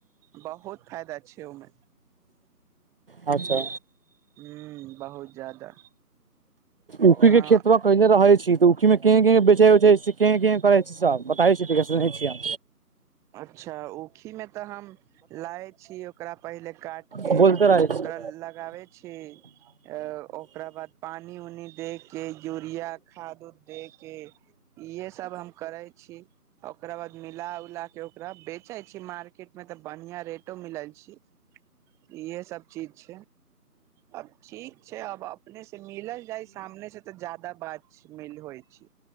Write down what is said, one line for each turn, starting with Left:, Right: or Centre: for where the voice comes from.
Centre: 'बहुत' फायदा छै, ओमे
Right: अच्छा!
Centre: ह, बहुत। जादा
Right: उखी
Centre: हँ
Right: के खेत मे कहिने रहै छी। तऽ उखीमे के के बेचैचै छै, के के करै छै सब बताबै छैै छियै।
Centre: अच्छा! ऊखी मे तऽ हम लै छी, ओकरा पहिले काट के
Right: बोलते रहै छै
Centre: ओकरा लगाबै छी अ। ओकरा बाद पानि -उनि दे के, यूरिया खाद- उद देके इह सभ हम करै छी। ओकरा बाद मिला उला। के ओकरा बेचे छी, मार्केट में ते बढ़िया रेटो मिलल छै। इहे सब चीज। अब ठीक छै, आब अपने मिलल जाय सामने से तऽ ज्यादा बात। म होइ छी,